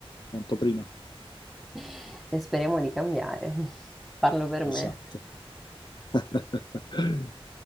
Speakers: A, on the left; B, in the centre.
A: quanto prima.
B: <laughs> E speriamo di cambiare. <laughs> Parlo per me.
A: Esatto. <laughs>